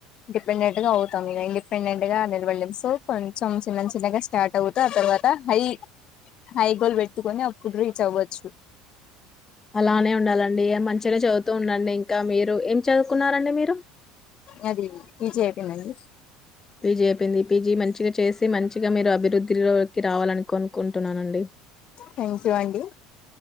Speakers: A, on the left; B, on the left.
A: డిపెండెంట్ గా అవుతాం ఇక ఇండిపెండెంట్ గా నిలబడలేం సో కొంచెం చిన్న చిన్నగా స్టార్ట్ అవుతే ఆ తర్వాత హై హై గోల్ పెట్టుకని అప్పుడు రీచ్ అవ్వచ్చు.
B: అలానే ఉండాలండ్ ఇగ మంచిగానే చదువుతూ ఉండండి ఇంకా మీరు చదువుకున్నారండి మీరు
A: నాది పీజీ అయిపోయింది అండి
B: పీజీ అయిపోయింది పీజి మంచిగా చేసి మంచిగా మీరు అభివృద్ధిలోకి రావాలని కొనుకుంటున్నానండి
A: థ్యాంక్ యూ అండి